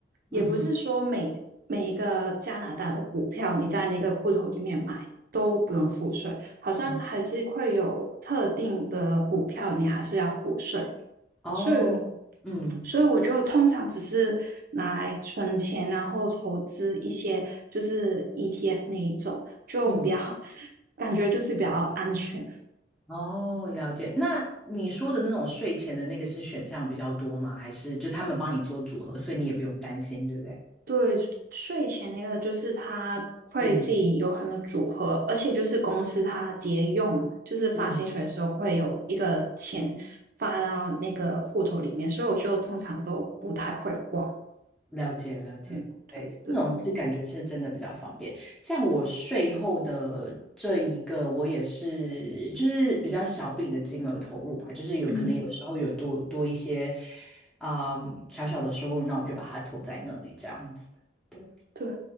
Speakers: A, on the right; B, in the centre.
A: 也不是说每每一个加拿大的股票你在那个户头里面买都不用付税，
B: 嗯哼，啊
A: 好像还是会有特定的股票你还是要付税。
B: 啊哦，
A: 所以，
B: 嗯
A: 所以我就通常只是拿来存钱，然后投资一些就是 ETF 那一种，就比较
B: 嗯，
A: <laughs> 感觉就是比较安全。
B: 哦，了解。那你说的那种睡前的那个是选项比较多吗？还是就他们帮你做组合，所以你也不用担心，对不对？
A: 对，税前那个就是他会自己有很多组合，
B: 嗯
A: 而且就是公司它节用，就是发薪水的时候会有一个钱发到那个户头里面，
B: 嗯，
A: 所以我就通常都不太会管。
B: 了解了解，
A: 嗯，对对对，
B: 对，那种是感觉是真的比较方便。像我税后的这一个，我也是就是比较小笔的金额投入吧，就是有可能有时候有多多一些
A: 嗯。
B: 啊、小小的收入，那我就把它投在那里这样子。对，
A: 对，